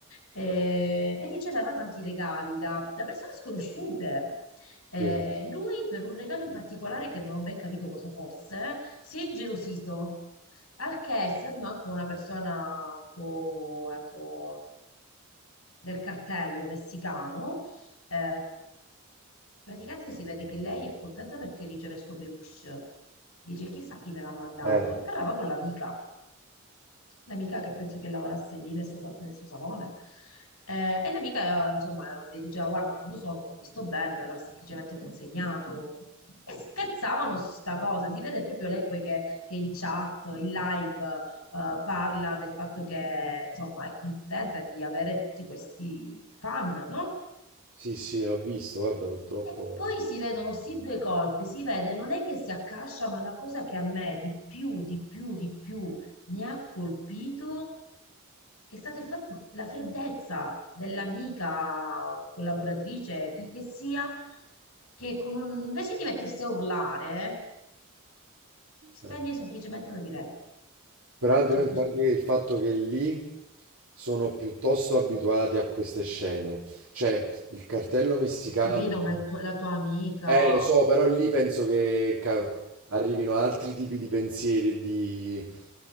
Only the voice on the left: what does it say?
eh, e riceveva tanti regali da, da persone sconosciute. Eh,
lui, per un regalo in particolare che non ho ben capito cosa fosse, si è ingelosito. Al che, essendo anche una persona un po', ecco, del cartello messicano, eh, praticamente si vede che lei è contenta perché riceve sto peluche. Dice, chissà chi me l'ha mandato.
E parlava con l'amica, l'amica che penso che lavorasse lì nel suo, nel suo salone. Eh, e l'amica, insomma, le diceva, guarda, non lo so, non l'ho visto bene, me l'ha semplicemente consegnato. E scherzavano su sta cosa. Si vede proprio lei poi che, che in chat, in live, eh, parla del fatto che, insomma, è contenta di avere tutti questi fan, no?
E poi si vedono sì due colpi, si vede, non è che si accascia, ma la cosa che a me di più, di più, di più mi ha colpito è stato il fatto, la freddezza dell'amica collaboratrice, chi che sia, che con un- invece di mettersi a urlare, spegne
semplicemente la diretta.
Cioè
così.
Ho capito, ma è tu- la tua amica.